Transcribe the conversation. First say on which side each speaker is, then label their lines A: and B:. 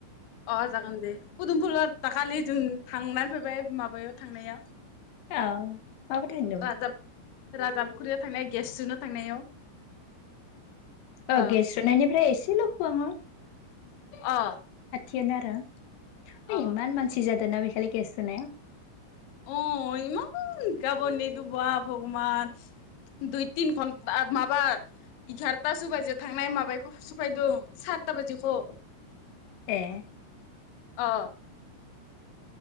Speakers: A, on the left; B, on the left.
A: अ जागोन दे पुदुमफुल दाखालि जों थांनानै फैबाय माबायाव थांनायाव
B: औ माबा थांदोंमोन
A: राजाबा राजाबाखुर्रियाव थांनाय गेस जाव थांनायाव
B: औ
A: अ
B: गेस सुनायनिफ्राय एसेल' खुवङो
A: अ
B: खाथियानो आरो हि
A: अ
B: इमान मानसि जादों ना बेखालि गेस सोनाया
A: अ इमान गाबनिथु बा भगबान दुइ तिन घन्टा माबा एगारथासो बाजियाव थांनाय माबायखौ सफायदों सातथा बाजिसो
B: ए
A: अ